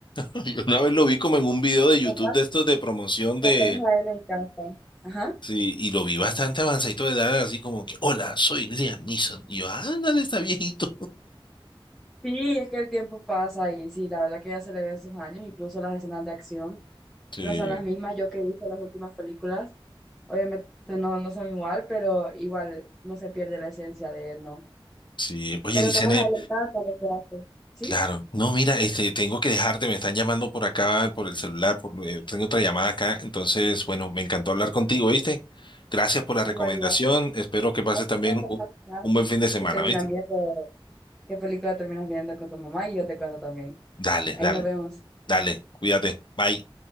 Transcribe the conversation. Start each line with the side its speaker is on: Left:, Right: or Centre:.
Left: Yo una vez lo vi como en un video de YouTube
Centre: Capaz,
Left: de estos de promoción
Centre: capaz
Left: de...
Centre: a él le encanta. Ajá.
Left: Sí, y lo vi bastante avanzadito de edad, así como que, hola, soy Liam Neeson. Y yo, ándale, está viejito.
Centre: Sí, es que el tiempo pasa y sí, la verdad que ya se le ven sus años, incluso las escenas de acción.
Left: Sí,
Centre: no son las mismas yo que he las últimas películas. Obviamente no, no son igual, pero igual no se pierde la esencia de él, ¿no?
Left: sí. Oye,
Centre: Pero
Left: Licene,
Centre: capaz adelantada para que te hace. ¿Sí?
Left: claro. No, mira, este, tengo que dejarte, me están llamando por acá, por el celular, por, eh, tengo otra llamada acá. Entonces, bueno, me encantó hablar contigo, ¿viste? Gracias por la
Centre: Igual,
Left: recomendación.
Centre: igual.
Left: Espero que pases
Centre: Ahí
Left: también
Centre: te cuento
Left: u-
Centre: al final
Left: un buen fin de semana,
Centre: que terminan
Left: ¿viste?
Centre: viendo, qué película terminas viendo con tu mamá y yo te cuento también.
Left: Dale,
Centre: Ahí
Left: dale,
Centre: nos vemos.
Left: dale. Cuídate. Bye.